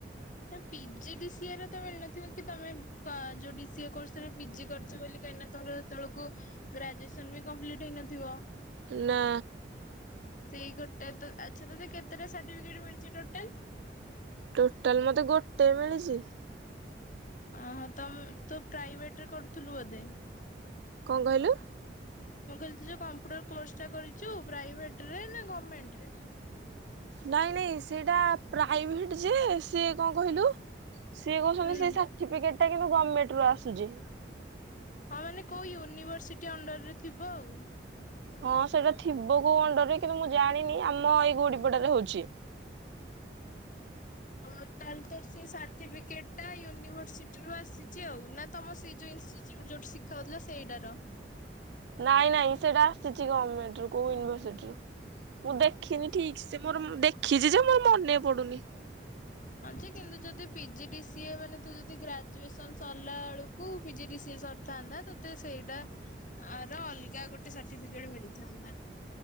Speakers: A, on the left (about 45°); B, on the right (about 75°).
A: ପି ଜି ଡି ସି ଏରେ ତ ମିଳିନଥିବ କି ତମେ ଯୋଉ ଡି ସି ଏ କୋର୍ସରେ ପି ଜି କରଚ ବୋଲି କାହିଁକିନା ତୋର ଏତ ବେଳକୁ ଗ୍ରାଜୁଏସନ ବି କମ୍ପ୍ଲିଟ ହେଇନଥିବ।
B: ନା।
A: ସେଇ ଗୋଟେ ତ ଆଛା ତତେ କେତେ ଟା ସାର୍ଟିଫିକେଟ ମିଳିଚି ଟୋଟାଲ୍?
B: ଟୋଟାଲ୍ ମତେ ଗୋଟେ ମିଳିଚି।
A: ଅହୋ ତମେ ତୁ ପ୍ରାଇଭେଟ ରେ କରୁଥିଲୁ ବୋଧେ।
B: କଣ କହିଲୁ?
A: ମୁଁ କହିଲି ତୁ ଯୋଉ କମ୍ପୁଟର କୋର୍ସ ଟା କରିଚୁ ପ୍ରାଇଭେଟରେ ନା ଗମେଣ୍ଟ ରେ?
B: ନାଇଁ ନାଇଁ ସେଇଟା ପ୍ରାଇଭେଟ ଯେ ସେ କଣ କହିଲୁ ସିଏ କହୁଚନ୍ତି
A: ହୁଁ
B: ସେ ସାର୍ଟିଫିକେଟ କିନ୍ତୁ ଗମେଣ୍ଟ ରୁ ଆସୁଚି।
A: ହଁ ମାନେ କୋଉ ୟୁନିଭରସିଟି ଅଣ୍ଡରରେ ଥିବ ଆଉ।
B: ହଁ ସେଇଟା ଥିବ କୋଉ ଅଣ୍ଡରରେ କିନ୍ତୁ ମୁଁ ଜାଣିନି ଆମ ଏଇ ଗୁଡିପୋଡାରେ ହଉଚି।
A: <inaudible> ହ ତାହେଲେ ତ ସେ ସାର୍ଟିଫିକେଟ ଟା ୟୁନିଭର୍ସିଟିରୁୁ ଆସିଚି ଆଉ ନା ତମ ସେ ଯଉ ଇ ଷ୍ଟିଟ୍ୟୁଟ ଯୋଉଠି ଶିଖାହଉଥିଲା ସେଇଟା ର?
B: ନାଇଁ ନାଇଁ ସେଇଟା ଆସିଚି ଗମେଣ୍ଟରୁ କୋଉ ୟୁନିଭରସିଟିରୁ। ମୁଁ ଦେଖିନି ଠିକ ସେ ମୋର ଦେଖିଚି ଯେ ମୋର ମନେ ପଡୁନି।
A: ହଁ ଯେ କିନ୍ତୁ ଯଦି P G D C A ମାନେ ତୁ ଯଦି ଗ୍ରାଜୁଏସନ ସରିଲା ବେଳକୁ P G D C A ସରିଥାନ୍ତା, ତତେ ସେଇଟା ଆର ଅଲଗା ଗୋଟେ ସାର୍ଟିଫିକେଟ ମିଳିଥାନ୍ତା।